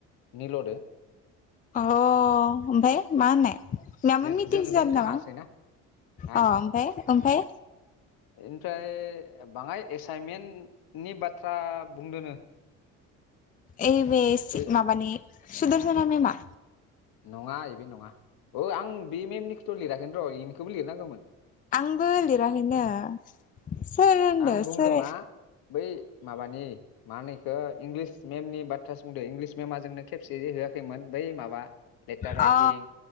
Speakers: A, on the left (about 65°); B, on the left (about 20°).
A: निलदो।
B: अ ओमफाय मा होननाय? माबा
A: जों
B: मिटिंसो
A: - जों - जों
B: जादों
A: थाङासै
B: नामा
A: ना हा
B: अ ओमफ्राय ओमफ्राय
A: इमफ्राय बांङाय एसाइनमेन्टनि बाथ्रा बुंदोनो।
B: ऐ बे से
A: बै
B: माबानि सुदर्शना मेमा।
A: नङा इबे नङा औ आं बे मेमनिखौथ लिराखैनो र इनिखौबो लिरनांगौमोन।
B: आंबो लिराखैनो। सोर होनदो
A: आं बुंदों
B: सोर
A: मा बै माबानि मा नो इखो इंलिस मेमनि बाथ्रासो बुंदो इंलिस मेमा जोंनो खेबसे जे होआखैमोन बै माबा लेटार
B: अ
A: राइटिं